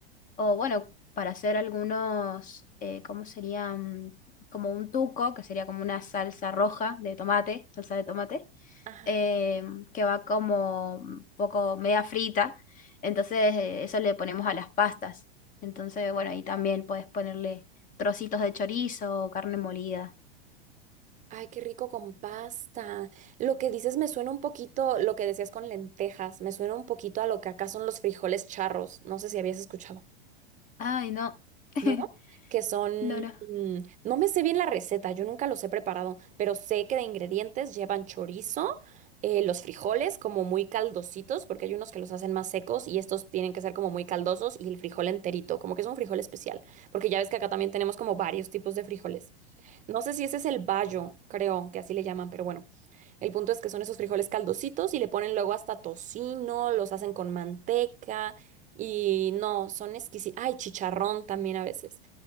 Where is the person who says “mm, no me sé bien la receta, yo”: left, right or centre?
Right